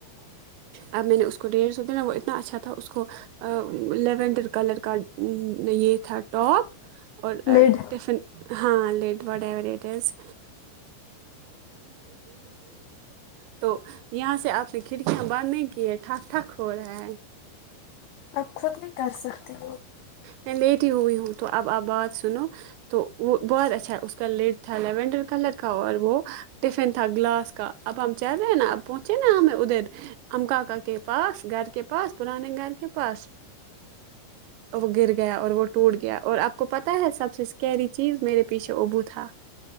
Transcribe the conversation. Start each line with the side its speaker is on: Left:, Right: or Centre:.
Right: اب میں نے اس کو ڈیڑھ سو دینا وہ اتنا اچھا تھا اس کو لیونڈر کلر کا یہ تھا ٹاپ اور
Left: لڈ
Right: ٹفن ہاں لیٹ واٹ ایورٹ ایز تو یہاں سے آپ نے کھڑکیاں بند نہیں کی ہے ٹھاک ٹھاک ہو رہا ہے
Left: آپ خود بھی کر سکتی ہو
Right: میں لیٹ ہی ہوئی ہوں تو اب آپ بات سنو تو وہ بہت اچھا اس کا لیڈ تھا لیینڈر کلر کا اور وہ ٹفن تھا گلاس کا اب ہم چل رہے ہیں نا اب پہنچے نا ہمیں ادھر ا کااکا کے پاس گھر کے پاس پرانے گھر کے پاس تو وہ گر گیا اور وہ ٹوٹ گیا اور آپ کو پتاہ ہے سب سے اسکری چیز میرے پیچھے ابو تھا